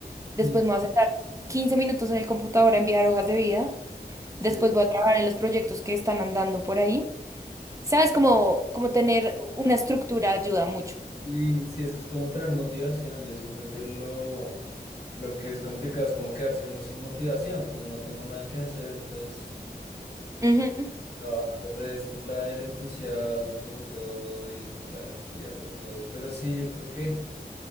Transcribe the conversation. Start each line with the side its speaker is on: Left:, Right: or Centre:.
Right: después
Left: Mm,
Right: me voy a sentar 15 minutos en el computador a enviar hojas de vida,
Left: Sí,
Right: después voy a trabajar en los proyectos que están andando por ahí, ¿sabes? Como, como tener una estructura ayuda mucho.
Left: y sí, es que es como tener motivación. Yo siento que lo, lo que es complicado es como quedarse uno sin motivación, como no tengo nada que hacer, entonces
Right: Ujú.
Left: No, bajando el resto, la, el entusiasmo por todo y la energía por todo. Pero sí, yo creo que,